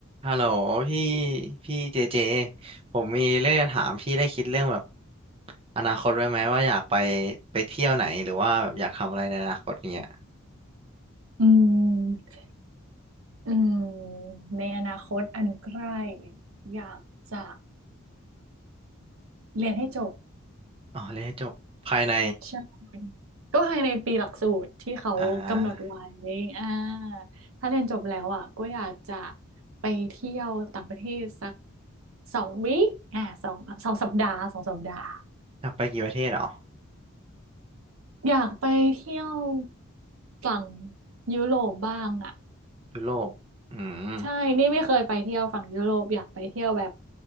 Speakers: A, on the right (about 25°); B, on the right (about 80°).
A: ฮัลโหลพี่พี่เจเจผมมีเรื่องจะถามพี่ได้คิดเรื่องแบบอนาคตไว้ไหมว่าอยากไปไปเที่ยวไหนหรือว่าแบบอยากทำอะไรในอนาคตเนี้ย
B: อืมอืมในอนาคตอันใกล้อยากจะเรียนให้จบ
A: อ๋อเรียนให้จบภายใน
B: ใช่ก็ภายในปีหลักสูตรที่เขากำหนดไว้
A: อ่า
B: อ่าถ้าเรียนจบแล้วอ่ะก็อยากจะไปเที่ยวต่างประเทศสักสองวีคอ่าสองสองสัปดาห์สองสัปดาห์
A: อยากไปกี่ประเทศเหรอ
B: อยากไปเที่ยวฝั่งยุโรปบ้างอ่ะ
A: ยุโรปอืม
B: ใช่ นี่ไม่เคยไปเที่ยวฝั่งยุโรปอยากไปเที่ยวแบบ